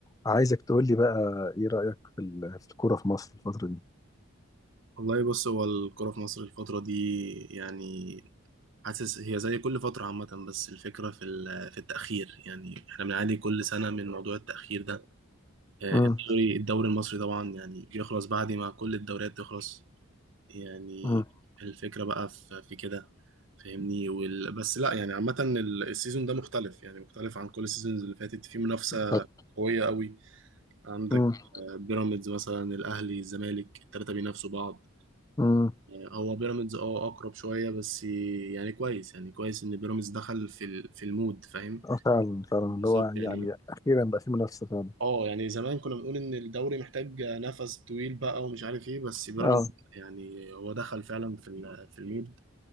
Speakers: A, on the left; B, on the right.
A: عايزك تقول لي بقى ايه رأيك في ال- في الكورة في مصر الفترة دي
B: والله بص هو الكرة في مصر الفترة دي يعني حاسس هي زي كل فترة عامة بس الفكرة في ال- في التأخير يعني احنا بنعاني كل سنة من موضوع التأخير ده آه،
A: امم
B: الدوري الدوري المصري طبعا يعني بيخلص بعد ما كل الدوريات تخلص يعني
A: امم
B: الفكرة بقى في في كده فاهمني وال... بس لا يعني عامة ال- السيزون ده مختلف يعني مختلف عن كل السيزونز اللي فاتت في منافسة
A: بالظبط.
B: قوية قوي عندك
A: امم
B: آه، بيراميدز مثلا الأهلي الزمالك التلاتة بينافسوا بعض
A: امم
B: آه، هو بيراميدز اه اقرب شويه بس يعني كويس يعني كويس ان بيراميدز دخل في ال- في المود فاهم
A: آه، فعلا فعلا
B: بالظبط
A: اللي هو يعني
B: يعني
A: اخيرا بقى في منافسة فعلا
B: اه يعني زمان كنا بنقول ان الدوري محتاج نفس طويل بقى ومش عارف ايه بس بيراميدز
A: اه
B: يعني هو دخل فعلا في ال- في المود